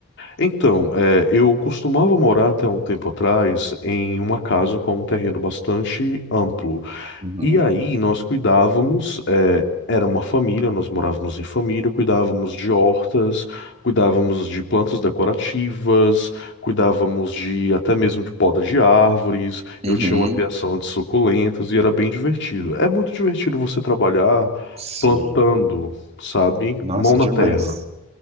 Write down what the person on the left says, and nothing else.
então é, eu costumava morar até um tempo atrás em uma casa com um terreno bastante amplo.
E aí nós cuidávamos, eh, era uma família, nós morávamos em família, cuidávamos de hortas, cuidávamos de plantas decorativas, cuidávamos de até mesmo de poda de árvores.
Eu tinha uma criação de suculentas e era bem divertido. É muito divertido você trabalhar
plantando, sabe?
Mão
na terra.